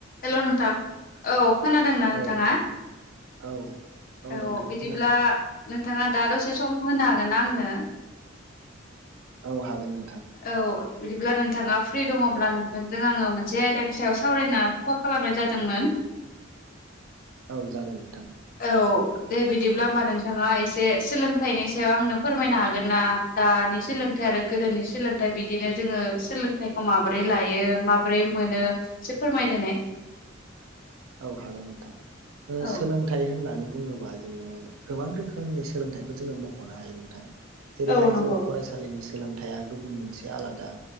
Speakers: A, on the left (about 45°); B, on the right (about 85°).
A: हेल' नोंथां औ खोनादोंना नोंथाङा?
B: औ नोंथां औ
A: औ
B: नोंथां
A: बिदिब्ला
B: खोनादों
A: नों नोंथाङा दा दसे सम होनो हागोन आंनो?
B: औ हागोन नोंथां।
A: औ बिदिब्ला नोंथाङा फ्रि दङोब्ला नोंथांजों आङो मोनसे आयदानि सायाव सावरायनो कल खालामनाय जादोंमोन।
B: औ जागोन नोंथां।
A: औ दे बिदिब्ला होमबा नोंथाङा एसे सोलोंथाइनि सायाव आंनो फोरमायनो हागोन ना दानि सोलोंथाइ आरो गोदोनि सोलोंथाइ बिदिनो जोङो सोलोंथाइखौ माबोरै लायो माबोरै मोनो। एसे फोरमायदोनाय।
B: औ हागोन नोंथां ओ
A: औ
B: सोलोंथाइ होननानै बुङोब्ला। बा जोङो गोबां रोखोमनि सोलोंथाइखौ जोङो मख'नो हायो नोंथां। जेरैहाय
A: औ नंगौ
B: जोङो फरायसालिनि सोलोंथाइआ गुबुन मोनसे आलादा